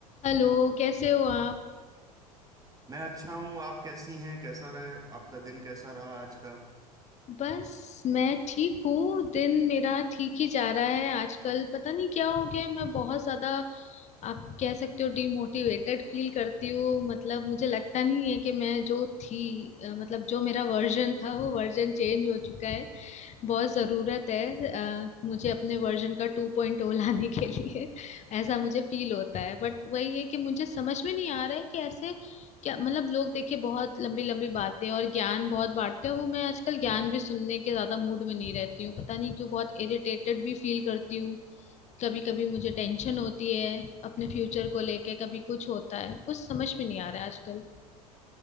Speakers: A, on the left; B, on the right.
A: Hello कैसे हो आप
B: मैं अच्छा हूँ आप कैसी हैं कैसा रहे आपका दिन कैसा रहा आज का
A: बस मैं ठीक हूँ दिन मेरा ठीक ही जा रहा है आजकल पता नहीं क्या हो गया है, मैं बहुत ज्यादा आप कह सकते हो डिमोटिवेटेड फील करती हूँ मतलब मुझे लगता नहीं है कि मैं जो थी अ, मतलब जो मेरा वर्जन था वो वर्जन चेंज हो चुका है बहुत ज़रूरत है अ, मुझे अपने वर्जन का 2.0 लाने के लिए <laughs> ऐसा मुझे फील होता है बट वही है कि मुझे समझ में नहीं आ रहा है कि ऐसे क्या मतलब लोग देखिए बहुत लंबी लंबी बातें और ज्ञान बहुत बांटते हैं वो मैं आजकल ज्ञान भी सुनने के ज़्यादा मूड में नहीं रहती हूँ पता नहीं क्यों बहुत इरिटेटेड भी फील करती हूँ कभी कभी मुझे टेंशन होती है अपने फ्यूचर को लेके कभी कुछ होता है कुछ समझ में नहीं आ रहा है आजकल